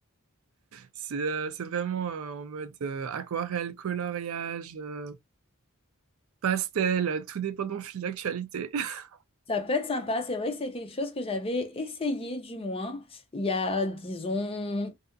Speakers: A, on the right; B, on the left.
A: C'est euh, c'est vraiment euh, en mode euh, aquarelle, coloriage, euh, pastel, euh, tout dépend de mon fil d'actualité. <laughs>
B: Ça peut être sympa. C'est vrai que c'est quelque chose que j'avais essayé, du moins, il y a, disons,